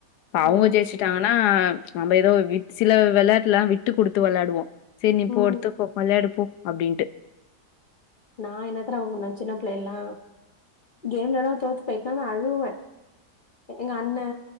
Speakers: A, on the left; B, on the left.
A: இப்ப
B: ஆ.
A: அவுங்க ஜெயிச்சுட்டாங்கன்னா நம்ம ஏதோ வி சில வெளயாட்டுல விட்டு குடுத்து வெளாடுவோ செரி நீ
B: ம்.
A: போ எடுத்து போ வெளையாடு போ அப்டின்னுட்டு
B: நா என்னா தெர்மா பன்னுவே சின்ன பிள்ளைலலா கேம்லலா தோத்து போயிடனா நா அழுவே எங்க அண்ணே